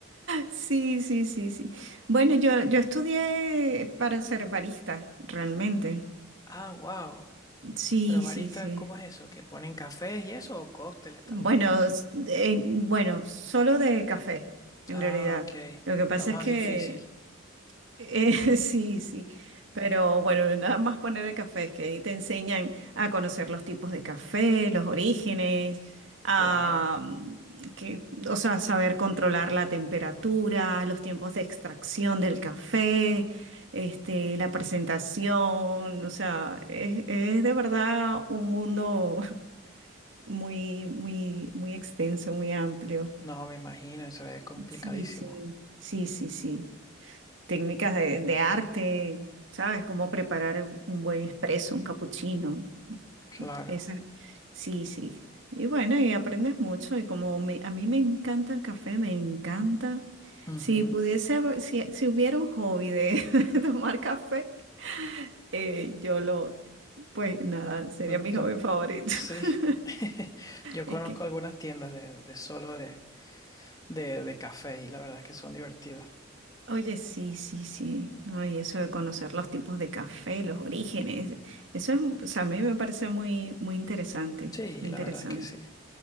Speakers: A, on the right; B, on the left.
A: Sí, sí, sí, sí. Bueno, yo, yo estudié para ser barista, realmente.
B: Ah, wow.
A: Sí,
B: Pero barista,
A: sí, sí.
B: ¿cómo es eso? ¿Que ponen cafés y eso o cócteles también?
A: Bueno, s- eh, bueno, solo de café, en
B: Ah,
A: realidad.
B: ok.
A: Lo que pasa
B: Lo más
A: es que
B: difícil.
A: Eh, <laughs> sí, sí, pero bueno, nada más poner el café, es que ahí te enseñan a conocer los tipos de café, los orígenes, a,
B: Claro.
A: mm, que, o sea, saber controlar la temperatura, los tiempos de extracción del café, este, la presentación, o sea, es, es de verdad un mundo <laughs> muy, muy, muy extenso, muy amplio.
B: No, me imagino, eso es complicadísimo.
A: Sí, sí, sí, sí, sí técnicas de, de arte, ¿sabes? Cómo preparar un buen espresso, un cappuccino.
B: Claro.
A: Esa. Sí, sí. Y bueno, y aprendes mucho. Y como me- a mí me encanta el café, me encanta.
B: Ujú.
A: Si pudiese, haber- si, si hubiera un hobby de <laughs> tomar café, eh, yo lo, pues nada, sería
B: ¿Tú,
A: mi
B: tú-
A: hobby favorito.
B: Sí,
A: <laughs>
B: <laughs> yo conozco
A: Es que
B: algunas tiendas de, de solo de, de, de café y la verdad es que son divertidas.
A: Oye, sí, sí, sí. No, y eso de conocer los tipos de café, los orígenes, eso es, o sea, a mí me parece muy, muy interesante,
B: Sí,
A: muy
B: la
A: interesante.
B: verdad es que sí.